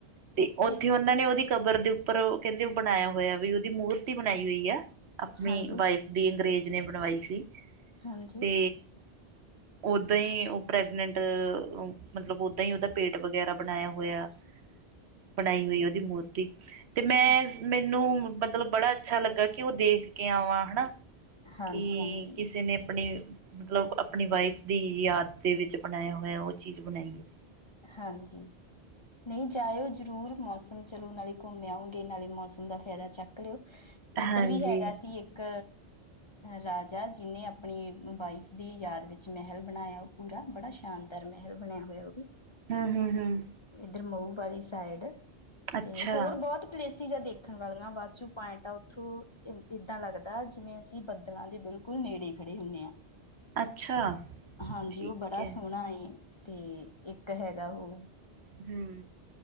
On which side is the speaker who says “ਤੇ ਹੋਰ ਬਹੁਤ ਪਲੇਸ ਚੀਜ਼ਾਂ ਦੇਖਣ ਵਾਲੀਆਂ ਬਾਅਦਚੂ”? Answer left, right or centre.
Left